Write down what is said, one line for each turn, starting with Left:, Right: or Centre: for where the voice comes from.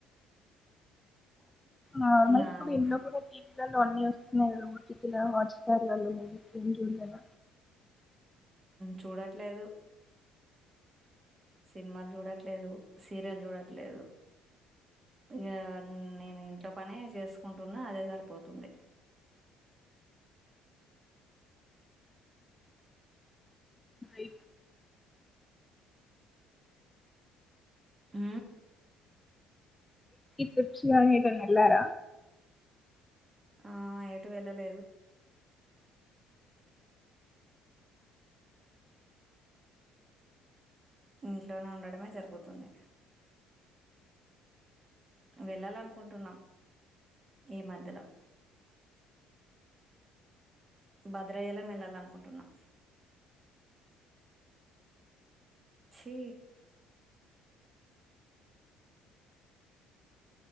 Right: <inaudible>
Left: ఆ మళ్ళీప్పుడు
Right: నార్మల్
Left: ఎల్ కూడా తీ లు అన్ని వస్తున్నాయి టికిలా హాట్ స్టార్లలో మం చూడలే
Right: చూడట్లేదు సినిమాలు చూడట్లేదు సీరియల్ చూడట్లేదు ఇక నేను ఇంట్లో పనే చేసుకుంటున్నా అదే సరిపోతుంది
Left: ఎ
Right: ఆ
Left: ట్రిక్స్ గాని ఎటైనా వేల్లార
Right: ఆ ఎటు వెళ్ళలేదు ఇంట్లోనే ఉండమే జరుగుతుంది వెళ్ళాలనుకుంటున్నాం ఈ మధ్యలో భద్రయల వెళ్లాలనుకుంటున్నా చి